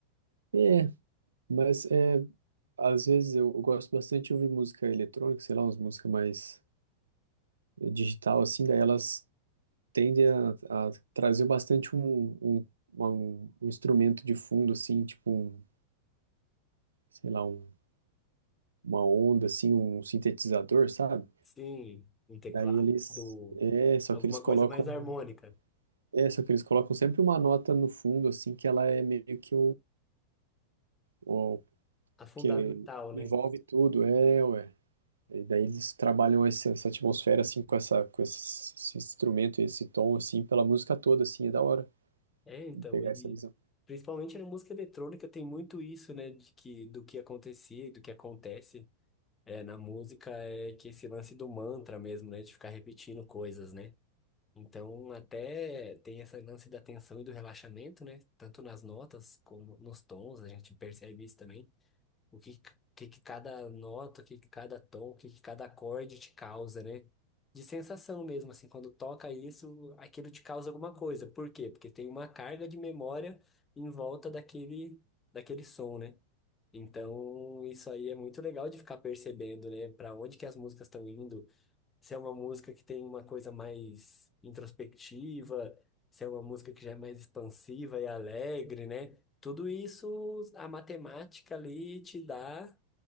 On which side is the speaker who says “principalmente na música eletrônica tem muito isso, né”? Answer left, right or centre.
Left